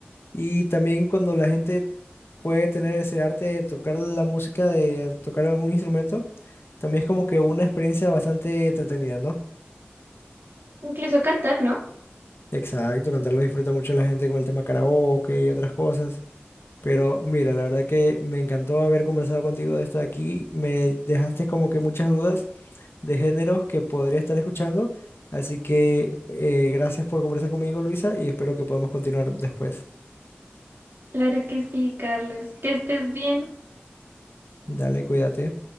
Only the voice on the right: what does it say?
Incluso cantar, ¿no?
Claro que sí, Carlos. Que estés bien.